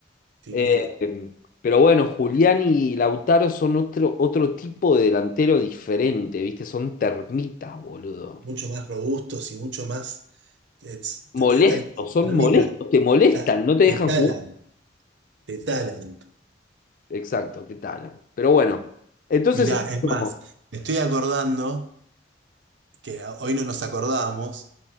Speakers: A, on the right; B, on the left.
A: Distinguido.
B: Eh, pero bueno, Julián y Lautaro son otro, otro tipo de delantero diferente, ¿viste? Son termitas, boludo.
A: Mucho más robustos y mucho más. eh,
B: Molestos,
A: t- eh, tal
B: son
A: ermita.
B: molestos, te molestan, no te
A: Te
B: dejan
A: talan,
B: jugar.
A: te talan.
B: Exacto, te talan. Pero bueno, entonces,
A: Mirá,
B: ¿cómo?
A: es más, me estoy acordando. que hoy no nos acordamos